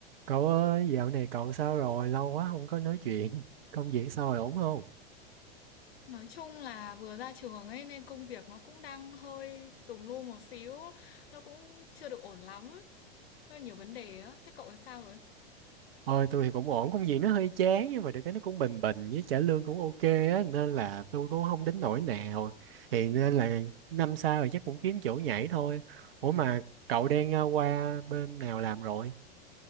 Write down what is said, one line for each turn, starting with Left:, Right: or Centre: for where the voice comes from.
Right: Cậu ơi, dạo này cậu sao rồi? Lâu quá không có nói chuyện. <laughs> Công việc sao rồi, ổn không?
Left: Nói chung là vừa ra trường ấy nên công việc nó cũng đang hơi tùm lum một xíu, nó cũng chưa được ổn lắm, nó nhiều vấn đề á. Thế cậu thì sao rồi?
Right: Ôi, tôi thì cũng ổn, công việc nó hơi chán nhưng mà được cái nó cũng bình bình với trả lương cũng ok á, nên là tôi cũng không đến nỗi nào. Thì nên là năm sau thì chắc cũng kiếm chỗ nhảy thôi. Ủa mà cậu đang ờ, qua bên nào làm rồi?